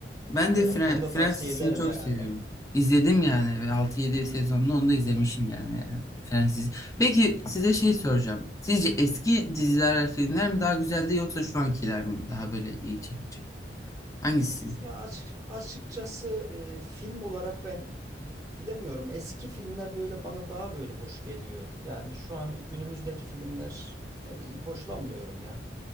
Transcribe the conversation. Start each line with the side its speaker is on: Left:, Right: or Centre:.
Left: Ben
Right: Evet,
Left: de Fre
Right: onu da
Left: Friends
Right: tavsiye
Left: dizisini
Right: ederim
Left: çok
Right: yani.
Left: seviyorum. İzledim yani ve altı yedi sezonlu onu da izlemişim yani e, Friends dizisi. Peki size şey soracağım. Sizce eski diziler, filmler mi daha güzeldi yoksa şu ankiler mi daha böyle iyi çekici? Hangisi?
Right: Ya açık, açıkçası e, film olarak ben bilemiyorum. Eski filmler böyle bana daha böyle hoş geliyor. Yani şu an günümüzdeki filmler ne bileyim hoşlanmıyorum ya.